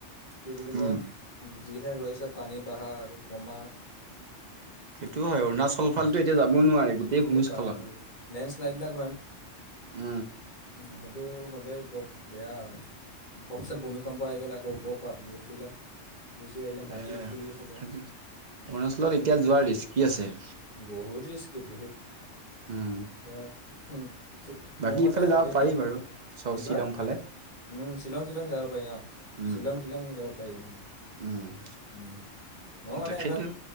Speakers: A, on the left; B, on the right.
A: কি বুলি
B: উম
A: কয় যিহে হৈ আছে পানী বাহা আকৌ কমা।
B: সেইটো হয় অৰুণাচল ফালটো এতিয়া যাবও নোৱাই গোটেই ভূমিস্খলন
A: এই বা লেণ্ডশ্লাইডবিলাক
B: উ
A: উ সেইটো হ'লে বৰ বেয়া ঘপচে ভূমিকম্প আহি গ'লে আকৌ ওপৰ পৰা গুচি আহিলে মাটি
B: এ
A: শিল সোপা
B: হেটো অৰুণাচলত এতিয়া যোৱাৰ ৰিস কি আছে
A: বহুত ৰিস্কিত বহুত
B: উম
A: তে হু তে
B: বাকী
A: মই মানে
B: ইফালে যাব
A: এইবিলাক
B: পাৰি বাৰু চ
A: কি
B: শ্বিলং
A: কয়
B: ফালে
A: উম শ্বিলং শ্বিলং যাব পাৰি অ
B: উম
A: শ্বিলং শ্বিলং যাব পাৰি উম
B: উম
A: উম মই মানে
B: তেখেতো
A: এবিলাক